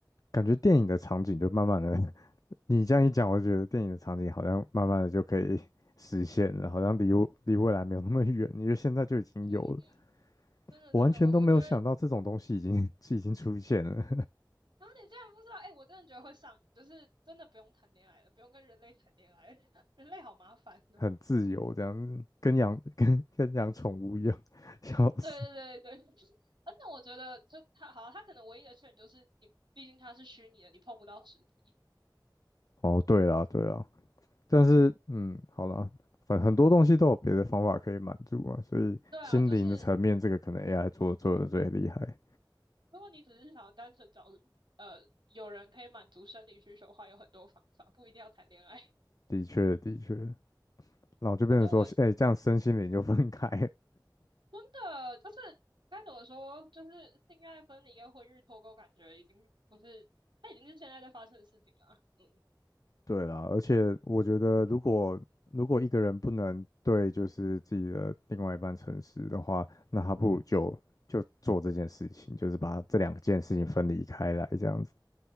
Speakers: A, on the left (about 50°); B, on the right (about 80°).
A: 感觉电影的场景就慢慢的，<laughs> 你这样一讲，我觉得电影的场景好像慢慢的就可以实现了，好像离我离未来没有那么远，因为现在就已经有了。
B: 嗯，真的真的，
A: 我完全都没有想到这种东西已经
B: 我我觉得
A: <laughs> 已经出现了，
B: 啊，你竟然不知道，哎、我真的觉得会上瘾，就是真的不用谈恋爱了，不用跟人类谈恋爱了 <laughs> 人类好麻烦哦。
A: <laughs> 很自由这样子跟养跟跟养宠物一样，<laughs> 笑死。
B: 对对对对，而且我觉得就他好啊，他可能唯一的缺点就是你，毕竟他是虚拟的，你碰不到实体。
A: 哦，对啦对啦，但是嗯，好啦，反很多东西都有别的方法可以满足嘛，所以心灵的层面这个可能
B: 对啊，就是
A: AI 做做的最厉害，
B: 如果你只是想要单纯找呃有人可以满足生理需求的话，有很多方法，不一定要谈恋爱。
A: 的确的确，然后就变成说，
B: 反正我，嗯，
A: 哎、这样身心灵就分开
B: 真的就是该怎么说，就是性爱分离跟婚育脱钩，感觉已经不是，它已经是现在在发生的事情啊。嗯
A: 对啦，而且我觉得，如果如果一个人不能对就是自己的另外一半诚实的话，那他不如就就做这件事情，就是把这两件事情分离开来，这样子。